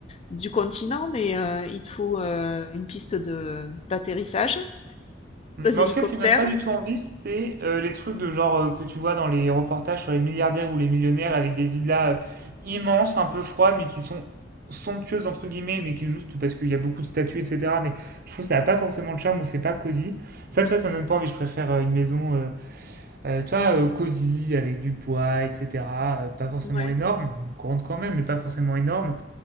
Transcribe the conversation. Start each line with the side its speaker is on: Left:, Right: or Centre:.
Left: du continent, mais euh, il te faut euh, une piste de d'atterrissage
Right: Mm.
Left: d'un
Right: Mais
Left: hélicoptère.
Right: en tout cas, ce qui me donne pas du tout envie, c'est euh, les trucs de genre euh, que tu vois dans les reportages sur les milliardaires ou les millionnaires avec des villas euh, immenses, un peu froides, mais qui sont somptueuses entre guillemets, mais qui juste parce qu'il y a beaucoup de statues, etc. Mais je trouve que ça n'a pas forcément de charme ou c'est pas cosy. Ça, tu vois, ça me donne pas envie. Je préfère euh, une maison, euh, euh, tu vois, euh, cosy avec du bois, etc. euh, pas forcément
Left: Ouais.
Right: énorme, grande quand même, mais pas forcément énorme,